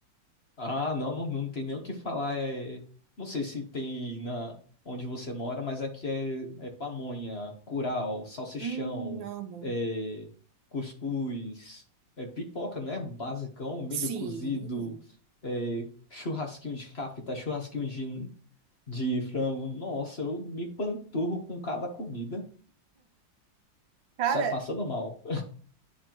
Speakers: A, on the left; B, on the right.
A: Ah, não, não, não tem nem o que falar. É, não sei se tem na onde você mora, mas aqui é, é pamonha, curau, salsichão,
B: Hum, amo.
A: é, cuscuz, é pipoca, né? Basicão, milho
B: Sim.
A: cozido, é, churrasquinho de capita, churrasquinho de, de frango. Nossa, eu me panturro com cada comida.
B: Cara,
A: Sai passando mal.